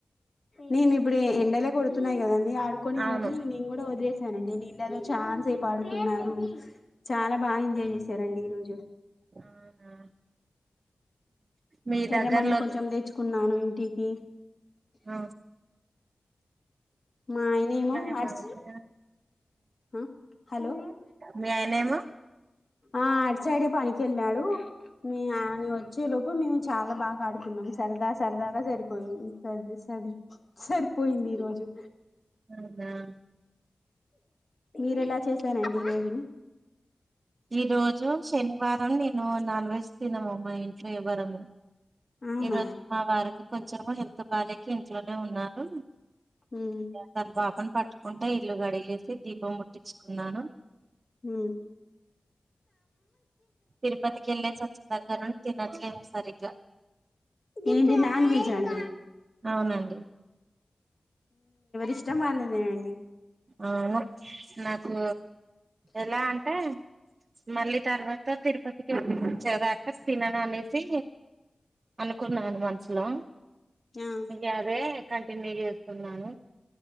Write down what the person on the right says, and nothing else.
అవును
అవునా మీ
దగ్గర్లో
అ
ఏమంటే
మీ ఆయనేమో
మ్మ్ హ్మ్
ఈ రోజు శనివారం నేను నాన్ వెజ్ తినము మా ఇంట్లో ఎవ్వరము
ఈ రోజు మా వారికి కొంచెం హెల్త్ బాలేక ఇంట్లోనే ఉన్నారు
తను పాపని పట్టుకుంటే ఇల్లు కడిగేసి దీపం ముట్ ట్టించుకున్నాను
తిరుపతికి వెళ్ళేసొచ్చిన దగ్గర నుంచి తినట్లేదు సరిగ్గా
అవునండి
అవును నాకు ఎలా అంటే మళ్ళీ తర్వాత తిరుపతికి <inaudible> వచ్చేదాక తినను అనేసి అనుకున్నాను మనుసులో
ఇక అదే కంటిన్యూ చేస్తున్నాను